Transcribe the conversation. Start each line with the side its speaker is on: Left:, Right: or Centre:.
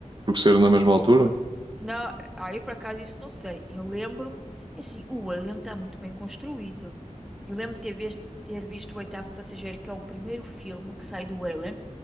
Right: Porque saíram na mesma altura?
Centre: Não, aí por acaso isso não sei. Eu lembro-me, é assim, o Alien está muito bem construído. Eu lembro de ter visto, ter visto o Oitavo Passageiro, que é o primeiro filme que sai do Alien.